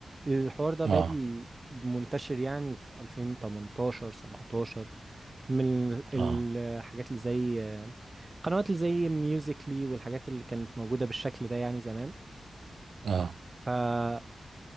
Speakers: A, on the right (about 25°); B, on the right (about 80°).
A: الحوار ده
B: اه
A: بادي منتشر يعني في 2018 17 من ال-
B: اه
A: الحاجات اللي زي قنوات اللي زي ميوزيكلي والحاجات اللي كانت موجودة بالشكل ده يعني زمان
B: اه
A: فالمشكلة